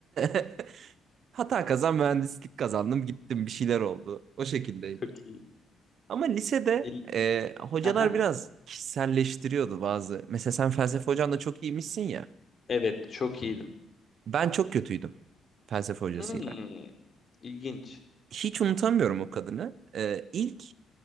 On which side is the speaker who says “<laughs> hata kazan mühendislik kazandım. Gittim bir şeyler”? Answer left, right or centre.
Right